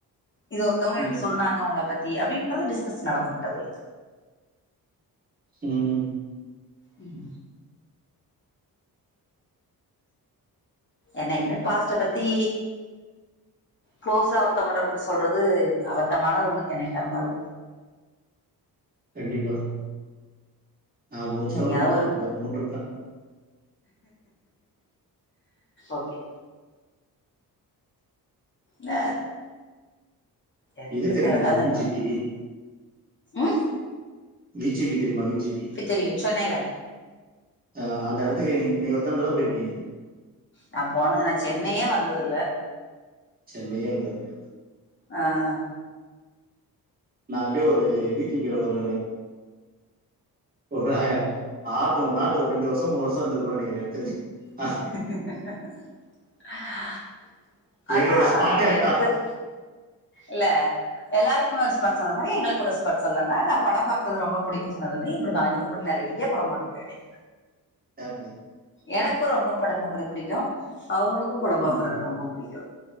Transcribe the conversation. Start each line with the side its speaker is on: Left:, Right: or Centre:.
Left: இது ஒருத்தவங்க
Right: ம்.
Left: எனக்கு சொன்னாங்க உங்கள பத்தி அப்டின்றது டிஸ்கஸ் நடக்குது அதுல
Right: உம்
Left: உம் என்னைக்குமே பாஸ்ட்ட பத்தி க்ளோஸா அருத்தவங்கர்கிட்ட சொல்றது அவத்தமான ஒண்ணு என்னைக்காருந்தாலு
Right: கண்டிப்பா நா மூச்சே
Left: எங்கேயாவது
Right: உடமாட்டே
Left: ஒரு
Right: இவன் மூண்று கண்
Left: ஓகே ந எதுக்கு
Right: இது தெரியுமா
Left: தேவையில்லாதல்லா
Right: உங்களுக்கு விஜிபி?
Left: உம்
Right: வீஜேபி தெரியுமா விஜிபி
Left: தெரியு சென்னையில
Right: அஹா அந்த இடத்துக்கே நீங் ஒத்தன் தட போயிருக்கீங்க
Left: நா போதுனா நா சென்னையே வந்ததுல்ல
Right: சென்னையே வந்ததில்ல
Left: ஆஹ்
Right: நா அப்டியே ஒரு வீஜிபியில ஒரு ஒரு ஆட்டோ நாள் ஒரு ரெண்டு வருஷம் மூணு வருஷம் இருந்திருப்பே நினைக்கிற எனக் தெரிஞ்சு
Left: <inaudible>
Right: அஹ்,
Left: அதா
Right: எங்களோட ஸ்பாட்டே அதான்.
Left: எனக்குத் இல்ல எல்லாருக்குமே ஒர் ஸ்பார்ட் சொல்ற மாரி எங்குளுக்கு ஒரு ஸ்பார்ச் சொல்லுன்னா நா படம் பாக்குறது ரொம்ப பிடிக்கும் சொன்னதுமே இப்டிதா இவுங்க கூட நெறைய படம் பாக்க போவே
Right: <unintelligible>
Left: எனக்கு ரொம்ப படம் பாக்குற பிடிக்கு அவுங்களுக்கும் படம் பாக்குற
Right: ம்.
Left: ரொம்ப பிடிக்கு